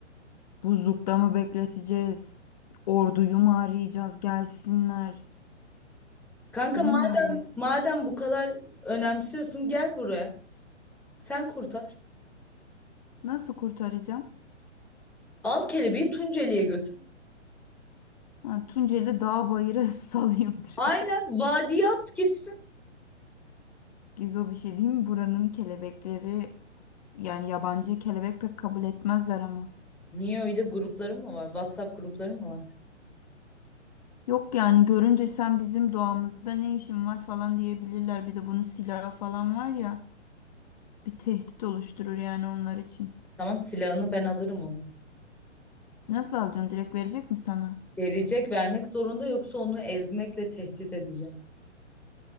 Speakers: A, on the left; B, in the centre.
A: Buzlukta mı bekleteceğiz? Orduyu mu arayacağız gelsinler?
B: Kanka
A: Bilmiyorum
B: madem
A: ya.
B: madem bu kadar önemsiyorsun gel buraya. Sen kurtar.
A: Nasıl kurtaracağım?
B: Al kelebeği Tunceli'ye götür.
A: Ha, Tunceli dağ bayıra <laughs> salayım direkt.
B: Aynen vadiye at gitsin.
A: Gizo bir şey diyeyim mi? Buranın kelebekleri yani yabancı kelebek pek kabul etmezler ama.
B: Niye öyle grupların mı var? WhatsApp grupları mı var?
A: Yok yani görünce sen bizim doğamızda ne işin var falan diyebilirler. Bir de bunun silahı falan var ya bir tehdit oluşturur yani onlar için.
B: Tamam silahını ben alırım onu.
A: Nasıl alacaksın direkt verecek mi sana?
B: Verecek vermek zorunda yoksa onu ezmekle tehdit edeceğim.